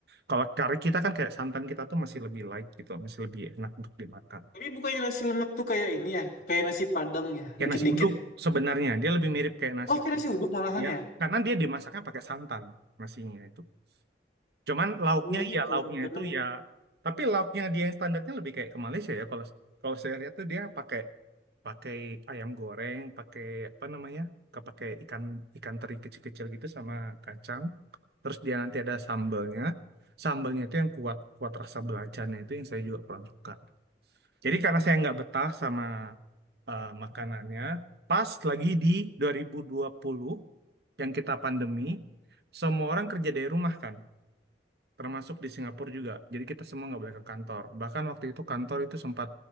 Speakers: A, on the right (about 65°); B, on the left (about 60°).
A: kalau kari kita kan kayak santan kita tuh masih lebih light gitu masih lebih enak untuk dimakan
B: Tapi bukannya nasi lemak tuh kayak ini ya, kayak nasi Padang ya,
A: kayak
B: dikit-dikit.
A: nasi uduk sebenarnya dia lebih mirip kayak nasi
B: Oh, kayak
A: uduk
B: nasi uduk malahan
A: ya
B: ya?
A: karena dia dimasaknya pakai santan nasinya itu Cuman lauknya
B: Oh iya,
A: ya
B: kalau
A: lauknya
B: Padang.
A: itu ya tapi lauknya dia yang standarnya lebih kayak ke Malaysia ya kalau kalau saya lihat tuh dia pakai pakai ayam goreng, pakai apa namanya? ke- pakai ikan ikan teri kecil-kecil gitu sama kacang. Terus dia nanti ada sambalnya sambalnya itu yang kuat kuat rasa belacannya itu yang saya juga kurang suka. Jadi karena saya nggak betah sama eh, makanannya, pas lagi di dua dua ribu dua puluh yang kita pandemi, semua orang kerja dari rumah kan termasuk di Singapura juga. Jadi kita semua nggak boleh ke kantor. Bahkan waktu itu kantor itu sempat